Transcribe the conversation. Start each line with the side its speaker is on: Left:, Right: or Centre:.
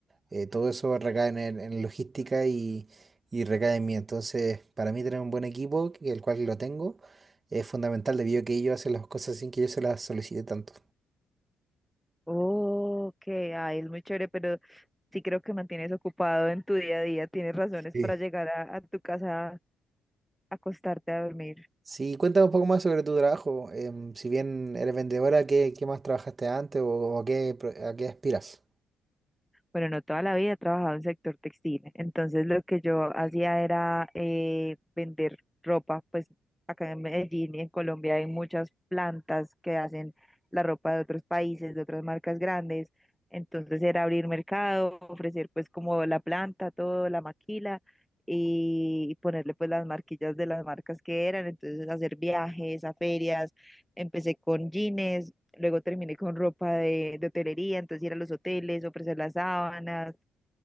Right: Eh, todo eso recae en, el- en logística y, y recae en mí. Entonces, para mí tener un buen equipo, que- el cual lo tengo, es fundamental debido a que ellos hacen las cosas sin que yo se las solicite tanto.
Centre: Oh, ok, ay, es muy chévere, pero sí creo que mantienes ocupado en tu día a día, tienes razones
Right: Sí.
Centre: para llegar a, a tu casa a acostarte a dormir.
Right: Sí, cuéntame un poco más sobre tu trabajo. Em, si bien eres vendedora, ¿qué, qué más trabajaste antes o, a qué, pro- a qué aspiras?
Centre: Bueno, no toda la vida he trabajado en sector textil, entonces lo que yo hacía era eh, vender ropa, pues acá en Medellín y en Colombia hay muchas plantas que hacen la ropa de otros países, de otras marcas grandes, entonces era abrir mercado, ofrecer pues como la planta, todo, la maquila y ponerle pues las marquillas de las marcas que eran, entonces hacer viajes a ferias, empecé con jeans, Luego terminé con ropa de, de hotelería, entonces ir a los hoteles, ofrecer las sábanas,